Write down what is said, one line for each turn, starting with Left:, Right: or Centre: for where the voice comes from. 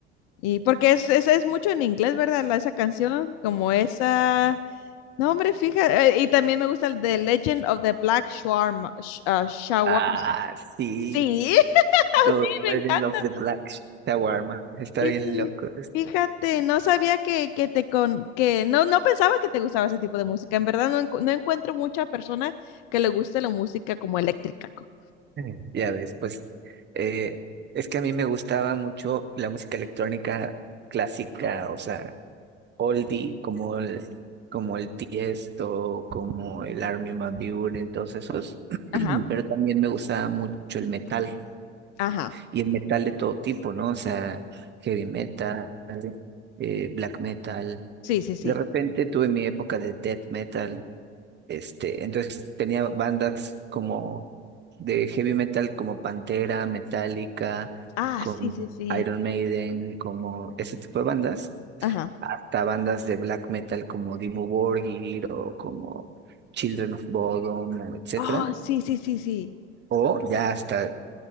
Left: Y porque es, es, es mucho en inglés, ¿verdad? La- esa canción, como esa. No, hombre, fíjate. Y también me gusta el de Legend of the Black Shawarma. sh- ah, shawarma.
Right: Ah, sí.
Left: Sí, <laughs>
Right: The
Left: me
Right: Legend
Left: encanta.
Right: of the Black Shawarma. Está
Left: Y
Right: bien loco.
Left: fíjate, no sabía que, que te con que no, no pensaba que te gustaba ese tipo de música. En verdad, no, encu- no encuentro mucha persona que le guste la música como eléctrica. co-
Right: <laughs> Ya ves, pues eh, es que a mí me gustaba mucho la música electrónica clásica, o sea, oldie, como el, como el Tiesto, como el Armin van Buuren, todos esos, <clears throat>
Left: Ajá,
Right: pero también me gustaba mucho el metal,
Left: ajá.
Right: y el metal de todo tipo, ¿no? O sea, heavy metal, eh, black metal.
Left: Sí, sí, sí.
Right: De repente tuve mi época de death metal, este, entonces tenía bandas como de heavy metal como Pantera, Metallica,
Left: Ah,
Right: como
Left: sí, sí, sí.
Right: Iron Maiden, como ese tipo de bandas,
Left: Ajá.
Right: hasta bandas de black metal como Dimmu Borgir o como Children of Bodom, o etcétera,
Left: Oh, sí, sí, sí, sí.
Right: o ya hasta